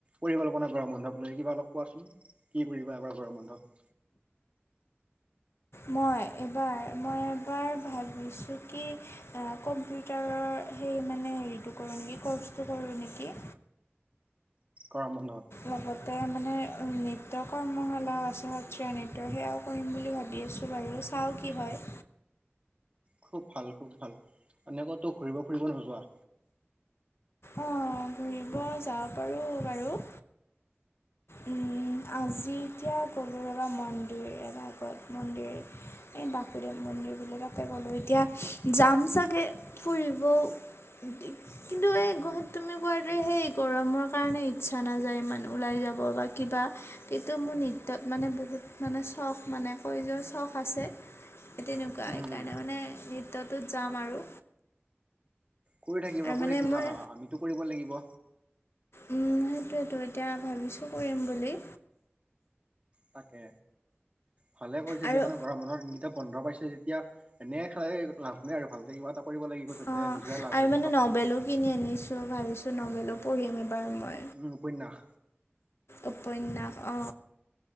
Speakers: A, on the right (about 30°); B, on the left (about 75°).
A: পৰিকল্পনা গৰম বন্ধক লৈ কিবা অলপ কোৱাচোন। কি কৰিবা এবাৰ গৰম বন্ধত।
B: মই এবাৰ মই এবাৰ ভাবিছোঁ কি আ কম্পিউটাৰৰ সেই মানে হেৰিটো কৰোঁ নেকি ক'ৰ্চটো কৰোঁ নেকি?
A: গৰম বন্ধত?
B: লগতে মানে নৃত্য কৰ্মশালা আছে সত্ৰীয়া নৃত্য সেয়াও - কৰিম বুলি ভাবি আছোঁ বাৰু চাওঁ কি হয়।
A: খুব ভাল খুব ভাল, এনেই কতো ঘুৰিব ফুৰিব নোযোৱা?
B: অ ঘূৰিব যাব পাৰো বাৰু। উম আজি এতিয়া গ'লোঁ ৰবা মন্দিৰ এভাগত মন্দিৰ। এই বাসুদেৱ মন্দিৰ বুলি কয় তাতে গ'লোঁ, এতিয়া যাম চাগে ফুৰিবও। <unintelligible> কিন্তু এই গুৱাহাটী তুমি কোৱা দৰে সেই গৰমৰ কাৰণে ইচ্ছা নাযায় ইমান ওলাই যাব। বা কিবা - কিন্তু মোৰ নৃত্যত মানে বহুত মানে চখ মানে কৰি যোৱা চখ আছে। হে তেনেকুৱা,
A: উম
B: সেইকাৰণে মানে নৃত্যটোত যাম আৰু।
A: কৰি থাকিবা
B: আৰু
A: কৰি
B: মানে
A: থাকিবা
B: মই
A: আমিতো কৰিব লাগিব।
B: উম সেইটোৱেতো এতিয়া ভাবিছোঁ কৰিম বুলি।
A: তাকে, ভালে কৰিছা
B: আৰু
A: দিয়া মানে - গৰম বন্ধত এতিয়া বন্ধ পাইছে যেতিয়া এনেই খাই এই - লাভ নাই আৰু ভালকে কিবা এটা কৰিব লাগিব যাতে
B: অঁ
A: নিজৰে লাভ
B: আৰু
A: হয়
B: মানে
A: পিছত।
B: নবেলো কিনি আনিছোঁ ভাবিছোঁ নভেলো পঢ়িম এইবাৰ মই।
A: উম উপন্যাস?
B: উপন্যাস অ।